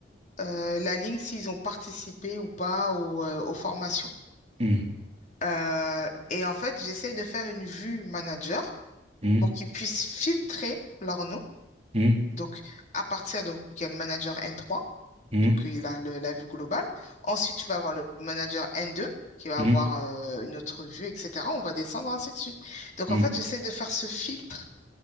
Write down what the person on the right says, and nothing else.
Hmm.
Hmm.
Hmm. Hmm.
Hmm.
Hmm.
Hmm.
Hmm.